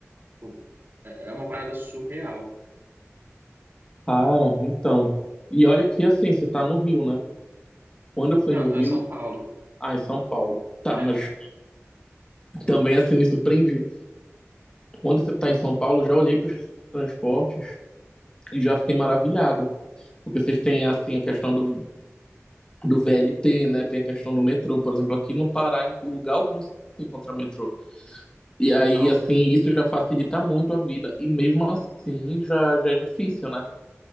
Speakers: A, on the right; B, on the left.
A: Tipo, é uma parada surreal, cara.
B: Cara, então. E olha que assim, você tá no Rio, né? Quando eu fui
A: Não,
B: no
A: então
B: Rio,
A: em São Paulo.
B: ah, em São Paulo. Tá,
A: É,
B: mas também assim me surpreendi. Quando você tá em São Paulo, eu já olhei para os transportes e já fiquei maravilhado. Porque vocês têm assim a questão do, do VLT, né? Tem a questão do metrô. Por exemplo, aqui no Pará, em lugar algum você encontra metrô. E aí,
A: então,
B: assim, isso já facilita muito a vida. E mesmo assim já, já é difícil, né?